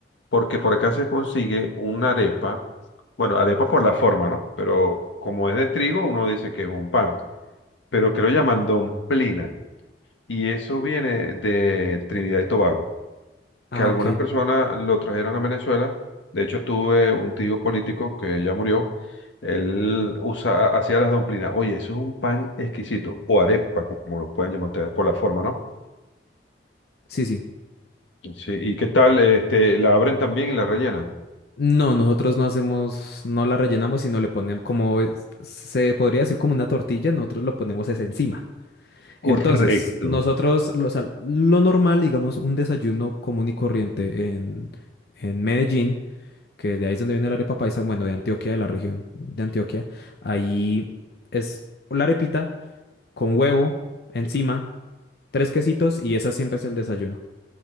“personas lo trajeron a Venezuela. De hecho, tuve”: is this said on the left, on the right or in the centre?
Left